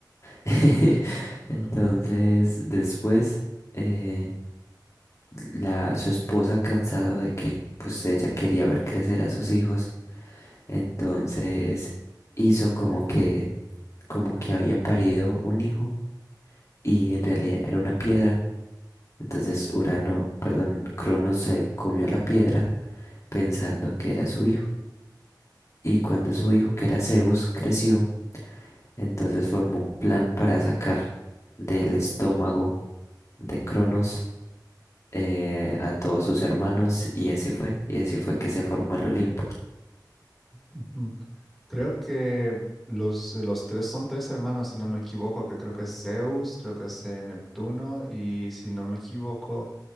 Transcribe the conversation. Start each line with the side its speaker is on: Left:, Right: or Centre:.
Left: <laughs> Entonces después eh, la, su esposa cansado de que pues ella quería ver crecer a sus hijos, entonces hizo como que como que había parido un hijo y en realidad era una piedra. Entonces Urano, perdón, Cronos se comió la piedra pensando que era su hijo. Y cuando su hijo, que era Zeus, creció, entonces formó un plan para sacar del estómago de Cronos eh, a todos sus hermanos y así fue. Y así fue que se formó el Olimpo.
Centre: Ujú. Creo que los, eh, los tres son tres hermanos, si no me equivoco, que creo que es Zeus, creo que es eh, Neptuno y si no me equivoco,